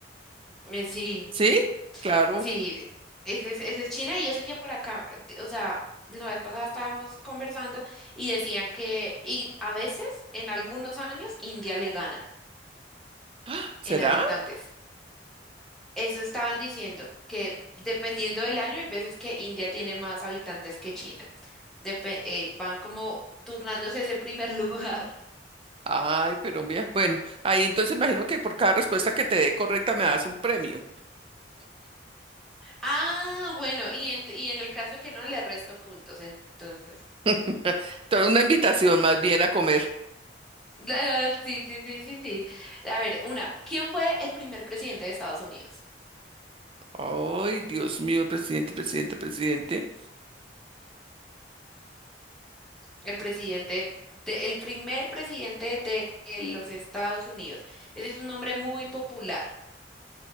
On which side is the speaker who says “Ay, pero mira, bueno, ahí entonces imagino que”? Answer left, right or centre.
Right